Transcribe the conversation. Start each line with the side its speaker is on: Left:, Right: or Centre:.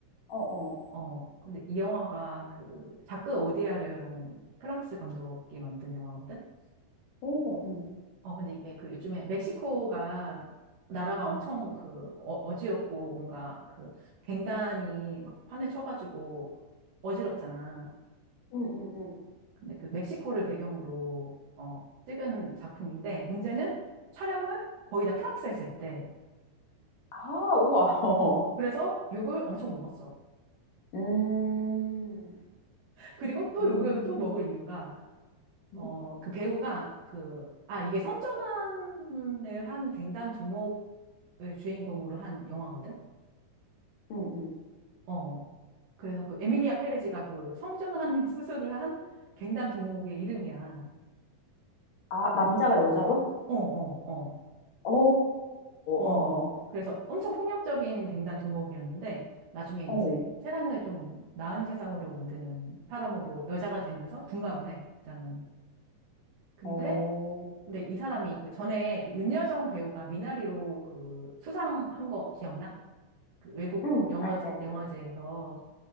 Left: 어, 어,
Right: 어, 근데 이 영화가 그, 자크 오디아르라는 프랑스 감독이 만든 영화거든?
Left: 오, 음,
Right: 어, 근데 이게 그 요즘에 멕시코가 나라가 엄청 그 어, 어지럽고 뭔가 그 갱단이 막 판에 쳐가지고 어지럽잖아.
Left: 음, 음, 음.
Right: 근데 그 멕시코를 배경으로 어, 찍은 작품인데 문제는 촬영을 거의 다 프랑스에서 했대.
Left: 아, 우와. <laughs> 어.
Right: 그래서 욕을 엄청 먹었어.
Left: 음,
Right: 그리고 또
Left: 음,
Right: 욕을 또 먹을 이유가 어,
Left: 음.
Right: 그 배우가 그, 아, 이게 성전환을 한 갱단 두목을 주인공으로 한 영화거든?
Left: 음음.
Right: 어. 그래서 그 에밀리아 페레지가 그 성전환 <laughs> 수술을 한 갱단 두목의 이름이야.
Left: 아 남자가 여자로?
Right: 어, 어,
Left: 어.
Right: 어, 어.
Left: 어어.
Right: 그래서 엄청 폭력적인 갱단 두목이었는데 나중에
Left: 어.
Right: 이제 세상을 좀 나은 세상으로 만드는 사람으로 여자가 되면서 둔갑을 해, 이 사람이. 근데
Left: 어.
Right: 근데 이 사람이 그 전에 그 윤여정 배우가 미나리로 그 수상한 거 기억나? 그 외국
Left: 음.
Right: 영화제
Left: 알지, 알지.
Right: 영화제에서